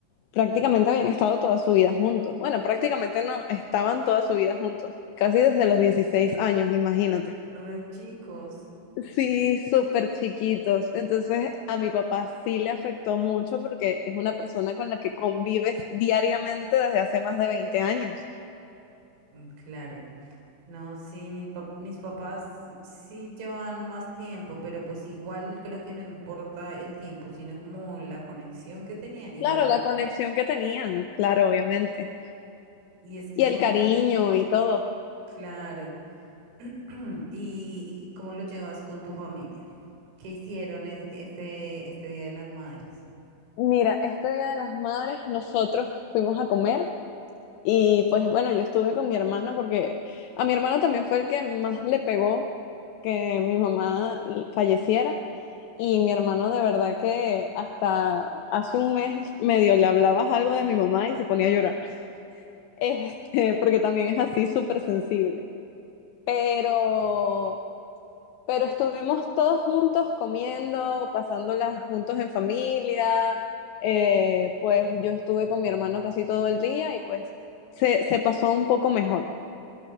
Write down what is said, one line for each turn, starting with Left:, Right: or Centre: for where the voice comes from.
Left: prácticamente habían estado toda su vida juntos. Bueno, prácticamente no, estaban toda su vida juntos, casi desde los 16 años, imagínate.
Right: <laughs> Re chicos.
Left: Sí, súper chiquitos. Entonces a mi papá sí le afectó mucho porque es una persona con la que convives diariamente desde hace más de 20 años.
Right: Mm, Claro. No, sí, mis, pap- mis papás sí llevan más tiempo, pero pues igual creo que no importa el tiempo, sino como la conexión que tenían, igual.
Left: Claro, la conexión que tenían, claro, obviamente.
Right: Y es que
Left: Y
Right: son,
Left: el cariño y todo.
Right: claro. <clears throat> ¿Y, y cómo lo llevas con tu familia? ¿Qué hicieron es- este, este Día de las Madres?
Left: Mira, este Día de las Madres nosotros fuimos a comer Y pues bueno, yo estuve con mi hermano porque a mi hermano también fue el que más le pegó que mi mamá falleciera. Y mi hermano de verdad que hasta hace un mes medio le hablabas algo de mi mamá y se ponía a llorar. <laughs> Este, porque también es así súper sensible. Pero pero estuvimos todos juntos comiendo, pasándolas juntos en familia. eh, pues yo estuve con mi hermano casi todo el día y pues se, se pasó un poco mejor.